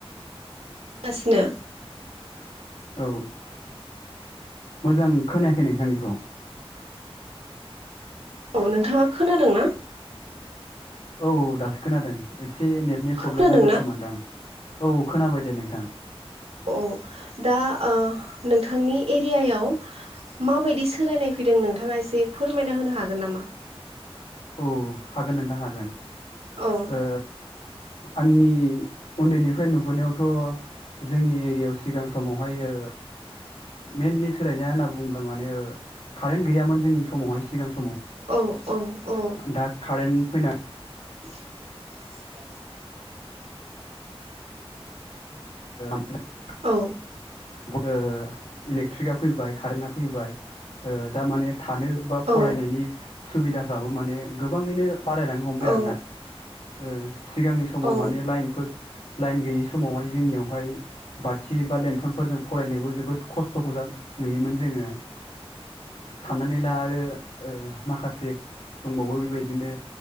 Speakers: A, on the right (about 90°); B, on the left (about 80°).
A: गासिनो
B: औ मोजां खोनायाखै नोंथांनिखौ।
A: औ नोंथाङा खोनादों ना?
B: औ दासो खोनादों एसे नेटनि
A: खोनादोंना
B: प्रब्लेम जादों खोमानदां औ खोनाबाय दे नोंथां।
A: औ दा ओ नोंथांनि एरियायाव हा माबायदि सोलायनाय फैदों नोंथाङा एसे फोरमायना होनो हागोन नामा?
B: औ हागोन नोंथां हागोन
A: औ
B: ओ आंनि उन्दैनिफ्राय नुबोनायावथ जोंनि एरियायाव सिगां समावहाय ओ मेएनलि सोलायनाया होनना बुङोब्ला माने ओ कारेन्ट गैयामोन जोंनि समावहाय सिगां सम
A: औ औ औ
B: दा कारेन्ट फैनाय
A: <inaudible>
B: <unintelligible>
A: औ
B: ओ इलेकट्रिकआ फैबाय कारेन्टा फैबाय ओ दा माने थानो बा
A: औ
B: फरायनायनि सुबिदाफ्राबो माने गोबाङैनो बारायलांनो हमबाय
A: औ
B: आरो ना ओ सिगांनि समाव
A: औ
B: माने लाइनफोर लाइन गैयि समावहाय जोंनियावहाय बाथि बा लन फोरजों फरायनोबो जोबोद खस्थखौजोंं नुयोमोन जोङो साननानै ला आरो ओ माखासे दंबावो बेबायदिनो